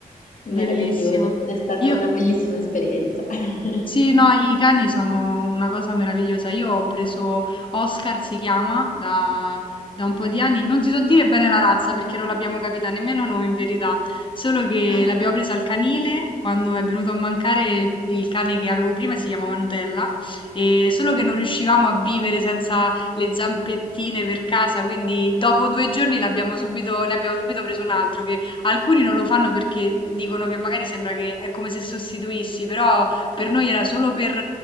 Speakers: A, on the left (about 35°); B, on the left (about 60°).
A: Bellissimo.
B: meraviglioso. È stata
A: Io,
B: una bellissima esperienza. <laughs>
A: Sì, no, i cani sono una cosa meravigliosa. Io ho preso Oscar, si chiama, da, da un po' di anni. Non ti so dire bene la razza perché non l'abbiamo capita nemmeno noi in verità, solo che
B: Oh.
A: l'abbiamo presa al canile quando è venuto a mancare il, il cane che avevo prima, si chiamava Nutella, e solo che non riuscivamo a vivere senza le zampettine per casa, quindi dopo due giorni l'abbiamo subito, ne abbiamo subito preso un altro, che alcuni non lo fanno perché dicono che magari sembra che è come se sostituissi, però... Per noi era solo per